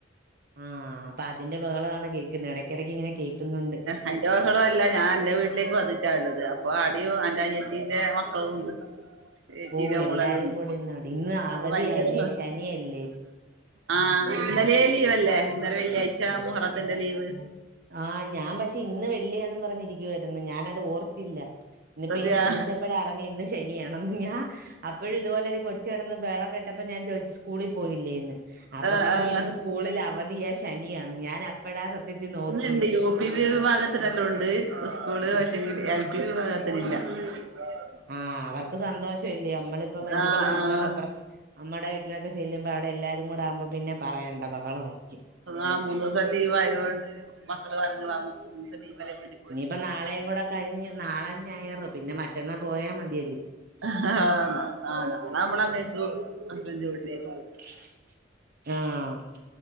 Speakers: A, on the right; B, on the right.
A: ആ അപ്പ അതിന്റെ ബഹളാണ് കേക്ക്ന്നെ എടക്കെടയ്ക്കങ്ങനെ കേക്കുന്നുണ്ട്.
B: അയ്ന്റെ ബഹളും അല്ല ഞാൻ അന്റെ വീട്ടിലേക്ക് വന്നിട്ടാള്ളത് അപ്പൊ ആടിം അന്റെ അനിയത്തിന്റെ മക്കളുണ്ട്. ഏച്ചീടെമോളല്ലേ
A: ഓ എല്ലാരും
B: ഒള്ളൂ
A: കൂടി ഇന്നാടി ഇന്ന്
B: അപ്പൊ
A: അവധിയായില്ലേ
B: ഭയങ്കര സൗ
A: ശനിയല്ലേ
B: ആ ഇന്നലെ ലീവല്ലേ ഇന്നലെ വെള്ളിയാഴ്ച മുഹറത്തിന്റെ ലീവ്.
A: ആ ഞാൻ പക്ഷെ ഇന്ന് വെള്ളിയാന്നും പറഞ്ഞിരിക്കുവായിരുന്നു ഞാനത് ഓർത്തില്ല. ന്ന്ട്ട്
B: അതെയാ
A: യ്യിന്നെപ്പ വിളിച്ചപ്പഴാ അറിഞ്ഞി ഇന്ന് ശനിയാണെന്ന് ഞാ അപ്പോഴും ഇതുപോലെ ഒര് കൊച് കെടന്ന് ബഹളം കേട്ടപ്പോ ഞാൻ ചോയ്ച്ചു സ്കൂളിൽ പോയില്ലേന്ന്? അപ്പ
B: ആഹ്
A: പറഞ്
B: ആഹ്
A: ഇന്ന് സ്കൂളിൽ അവധിയാ ശനിയാന്ന് ഞാൻ അപ്പഴാ സത്യത്തിൽ നോക്കി
B: ണ്ട് യു, പി വിഭാഗത്തിനല്ലാംണ്ട് സ്കൂള് പക്ഷെങ്കില് എൽ, പി വിഭാഗത്തിനില്ല. <inaudible>
A: ആ അവർക്ക് സന്തോഷല്ലേ നമ്മളിപ്പ ബന്ധുക്കടെ
B: ആഹ്
A: വീട്ടിലോ
B: ആഹ്
A: അപ്പറതെ അമ്മടെ വീട്ടി ലൊക്കെ ചെല്ലുമ്പോ അവിടെ എല്ലാരും കൂടെ ആകുമ്പോ പിന്നെ പറയണ്ട ബഹളായിരിക്കും.
B: ആഹ് മൂന്നൂസം ലീവായോണ്ട് മക്കള് പറഞ് നമ്ക്ക് മൂന്ന് ദിവസം ലീവല്ലേ വീട്ടി
A: ഇനിയിപ്പ നാളെയും കൂടെ കഴിഞ്ഞ് നാളെ ഞായറ് പിന്നെ മറ്റന്നാ പോയാ മതിയല്ലേ.
B: ആഹ് ഹ് <unintelligible> ഹസ്ബൻഡിന്റെ വീട്ടിലേക്ക് പോവും.
A: <inaudible> ആഹ്